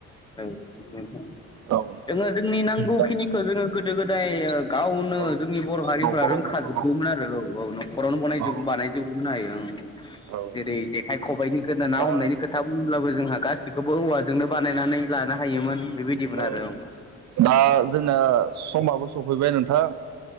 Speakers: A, on the left; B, on the right.
A: औ जोङो
B: औ
A: जोंनि नांगौखिनिखौ
B: दा
A: जोङो गोदो गोदाय ओ गावनो
B: औ
A: जोंनि बर' हारिफ्रा
B: न'खरावनो
A: रोंखाजोगौमोन
B: औ
A: आरो औ औ न'खरावनो बनाय
B: औ
A: बानायजोबोमोन हायो।
B: औ
A: जेरै जेखाइ खबाइनि गोदो ना
B: दा
A: हमनायनि खोथा बुंब्लाबो जोंहा गासिखौबो औवा जोंनो बानायनानै लानो हायोमोन बेबायदिमोन
B: औ
A: आरो।
B: दा जोंना समाबो सफैबाय नोंथां।